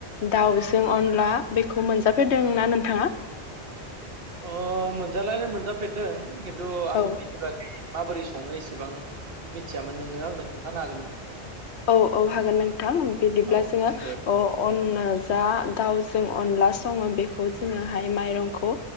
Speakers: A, on the left; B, on the right.
A: दाउजों
B: उम
A: अनला बेखौ मोनजाफेरदों
B: उम
A: ना नोंथाङा?
B: अ मोनजानाया मोनजा फेरदों खिन्थु आं
A: औ
B: बिनि बागै माबोरै संनो इसेबां मिथियामोन नोङो आंनो खोन्थानो हागोन नामा?
A: औ औ हागोन नोंथां बिदिब्ला
B: औ
A: जोङो
B: दे बुं
A: अ-अना जा दाउजों अनला सं सङो बेखौ जोङोहाय माइरंखौ